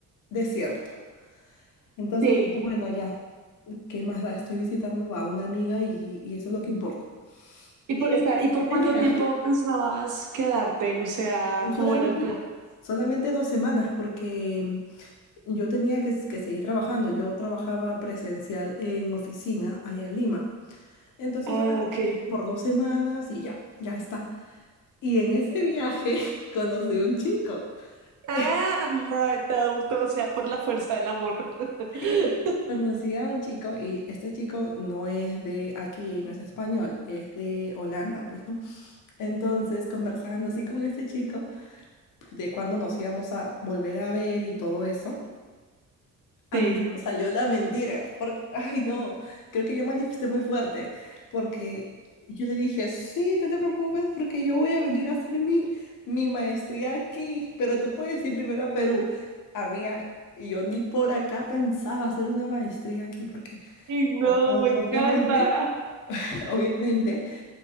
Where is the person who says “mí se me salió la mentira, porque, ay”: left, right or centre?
Left